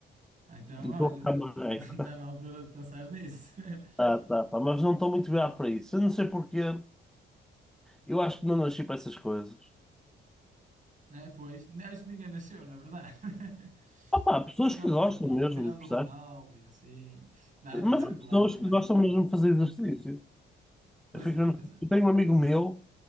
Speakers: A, on the right; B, in the centre.
A: Ah, Então,
B: Estou
A: olha,
B: a ficar marreco.
A: está <laughs> na altura de pensar nisso. <laughs>
B: Ah, tá, pá, mas não estou muito virado para isso. Eu não sei porquê. Eu acho que não nasci para essas coisas.
A: É, pois, acho que ninguém nasceu, na verdade. <laughs>
B: Ah, pá, há pessoas
A: Tirando
B: que gostam
A: o Ronaldo,
B: mesmo,
A: tirando
B: percebes?
A: o Ronaldo e assim. Não,
B: Mas
A: claro,
B: há pessoas
A: claro, claro.
B: que gostam mesmo de fazer exercício.
A: Pois
B: Eu, fico-
A: é,
B: eu
A: pois é.
B: tenho um amigo meu